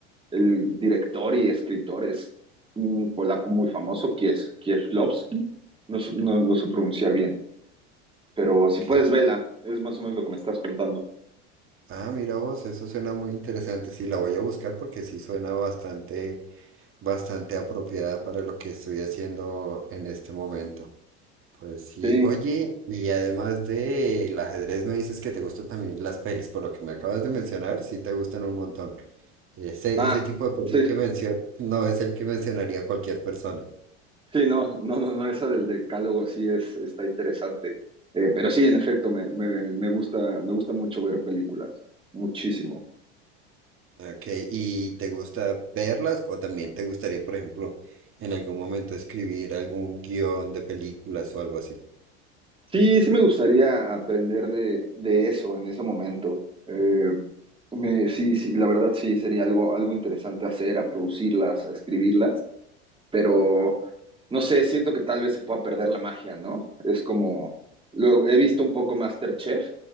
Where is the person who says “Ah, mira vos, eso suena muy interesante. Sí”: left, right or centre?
Right